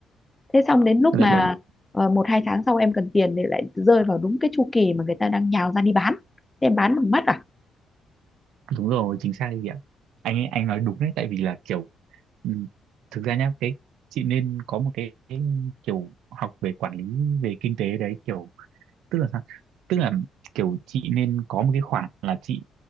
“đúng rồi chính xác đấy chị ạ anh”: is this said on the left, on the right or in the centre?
Right